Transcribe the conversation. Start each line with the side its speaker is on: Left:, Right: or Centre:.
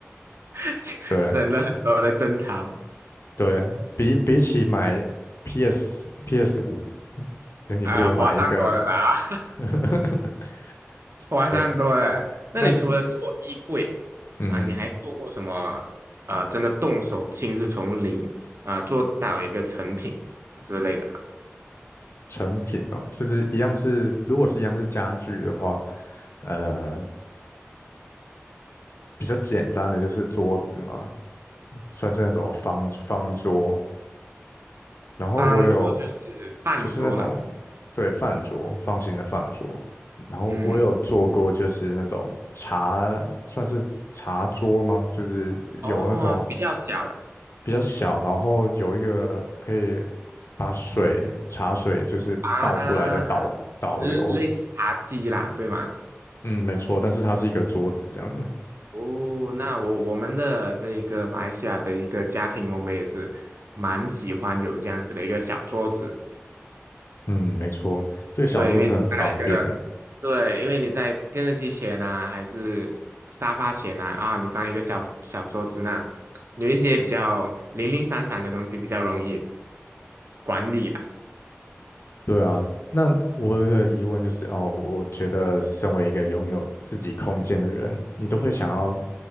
Right: <laughs> 就省了很多的争吵，
Left: 对对，比比起买 PS PS 五，那你不如买一个。
Right: 啊、划算多了啦，
Left: <laughs>
Right: <laughs> 划算多了。
Left: 对，
Right: 那你除了做衣柜啊、
Left: 那嗯，
Right: 你还做过什么？呃，真的动手亲自从零啊、做到一个成品之类的吗？
Left: 成品哦，就是一样是，如果是一样是家具的话，呃，比较简单的就是桌子嘛，算是那种方方桌，然后我有
Right: 方桌就是饭桌啦，
Left: 就是那种对饭桌放心的饭桌，然后我有做过就是那种茶算是茶桌吗？
Right: 嗯，
Left: 就是有那种
Right: 哦，比较小的
Left: 比较小，然后有一个可以把水茶水就是倒出来的导导流，
Right: 啊，类类似茶几啦，对吗？
Left: 嗯，没错，但是它是一个桌子这样子，
Right: 哦，那我我们的这个马来西亚的一个家庭，我们也是蛮喜欢有这样子的一个小桌子，
Left: 嗯，没错，这个小桌子很方便，
Right: 对，因为你在一个对，因为你在电视机前呐，还是沙发前呐，啊，你放一个小小桌子那，有一些比较零零散散的东西比较容易管理啦。
Left: 对啊，那我有个疑问就是，哦，我觉得身为一个拥有自己空间的人，你都会想要